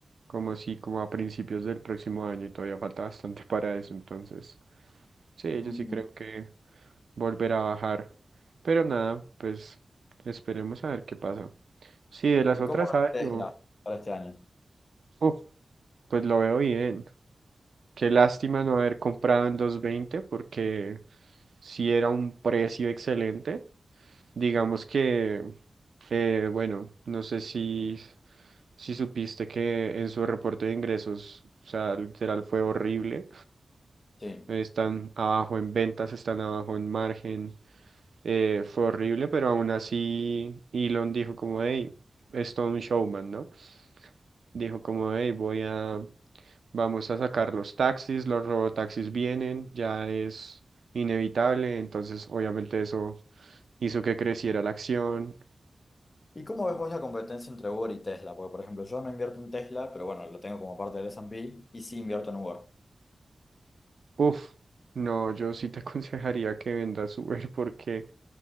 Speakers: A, on the right; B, on the left.
A: como si como a principios del próximo año y todavía falta bastante para eso, entonces sí,
B: ujú.
A: yo sí creo que volverá a bajar, pero nada, pues esperemos a ver qué pasa. Sí, de las
B: ¿Y
A: otras
B: cómo ves
A: aves, no,
B: Tesla para este año?
A: uf, pues lo veo bien. Qué lástima no haber comprado en dos veinte porque si era un precio excelente. Digamos que, eh, bueno, no sé si, si supiste que en su reporte de ingresos, o sea, literal fue horrible
B: Sí.
A: Están abajo en ventas, están abajo en margen. eh, fue horrible, pero aún así Elon dijo como, hey, es todo un showman, ¿no? Dijo como, hey, voy a, vamos a sacar los taxis, los robotaxis vienen, ya es inevitable, entonces obviamente eso hizo que creciera la acción.
B: ¿Y cómo ves vos la competencia entre Uber y Tesla? Porque, por ejemplo, yo no invierto en Tesla, pero bueno, lo tengo como parte del S&P y sí invierto en Uber.
A: Uf, no, yo sí te <laughs> aconsejaría que vendas Uber porque